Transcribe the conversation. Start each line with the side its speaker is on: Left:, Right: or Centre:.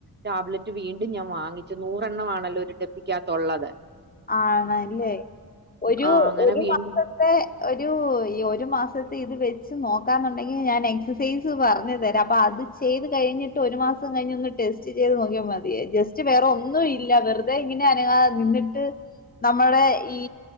Right: ടാബലറ്റ് വീണ്ടും ഞാൻ വാങ്ങിച്ചു. നൂറെണ്ണമാണല്ലോ ഒരു ടപ്പിക്കകത്തുള്ളത്
Left: ആണല്ലേ ഒരു
Right: ആ, അങ്ങനെ
Left: ഒരു
Right: വീണ്ടും
Left: മാസത്തെ ഒരു ഈ ഒരു മാസ സെസെയ്‌ത് വെച്ച് നോക്കാന്നുണ്ടെങ്കി ഞാന് എക്സെസൈസ് പർഞ്ഞു തരാ അപ്പൊ അത്‌ ചെയ്ത് കഴിഞ്ഞിട്ട് ഒരുമാസ് മാസം കഴിഞ്ഞന്ന് ടെസ്റ്റ് ചെയ്ത് നോക്കിയാ മതി ജസ്റ്റ് വേറെ ഒ ഇല്ല വെറുതെ ഇങ്ങനെ അനങ്ങാതെ നിന്നിട്ട് നമ്മുടെ ഈ